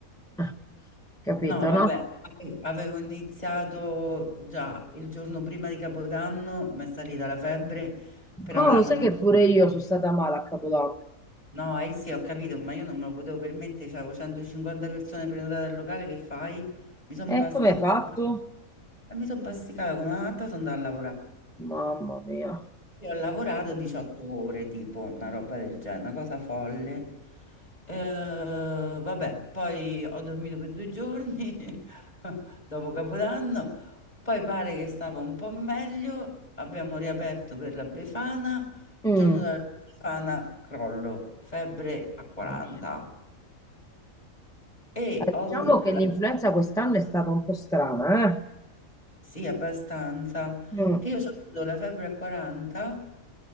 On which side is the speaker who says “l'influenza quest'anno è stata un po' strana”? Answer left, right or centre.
Centre